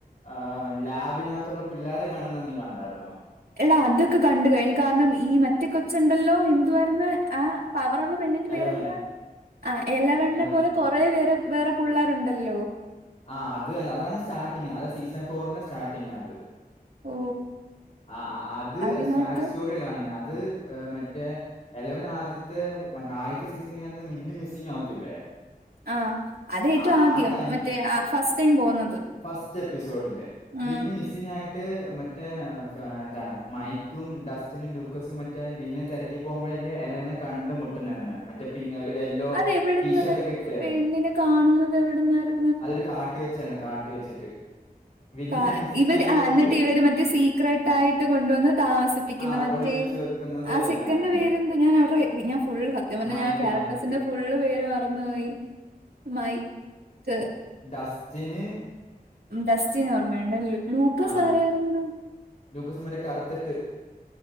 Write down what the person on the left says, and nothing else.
ആ ലാബിനകത്തുള്ള പിള്ളേരെ കാണിക്കുന്ന നീ കണ്ടായിരുന്നോ?
എലവൻ
എലവൻ
ആഹ് അത് അതാണ് സ്റ്റാർട്ടിങ്. അത സീസൺ തോറിന്റെ സ്റ്റാർട്ടിങ്ങാ അത്.
ആ ആ അത്
ബാക്ക്സ്റ്റോ <unintelligible> കാണുന്നത് അത് മറ്റേ, വല്ലവൻ ആദ്യത്തെ മ ആദ്യത്തെ സീസണിൽ അന്ന് വില്ലൻ മിസ്സിങ് ആവത്തില്ലേ.
ആ
ആ ടൈം
ഫസ്റ്റ് എപ്പിസോഡില്.
വില്ലൻ മിസ്സ്‌ ങ്ങായിട്ട് മറ്റേ ഇതാണ് മൈക്കും ഡസ്റ്റിനും ലൂക്കസും മ റ്റേ വില്ലിനെ തെരക്കി പോകുമ്പോഴല്ലെ എലവനെ കണ്ട് മുട്ടുന്നതന്ന്. മറ്റേ പിന്നെ ഒരു യെല്ലോ
ടീഷർട്ട് ഒക്കെ ഇട്ട്.
അതൊരു കാട്ടി വെചാണ്. കാട്ടി വെച്ചിട്ട്. വില്ല്
മിസ്സിംഗ്
ആയതുകൊണ്ട്
ആ
ഒളിപ്പിച്ച് വെക്കുന്നതും
എല്ലാം ഉം
ആ,
മൈക്ക്
മൈക്ക്
ഡസ്റ്റ്ന്,
ആ ലൂക്കസ് മറ്റേ കറുത്തിട്ട്,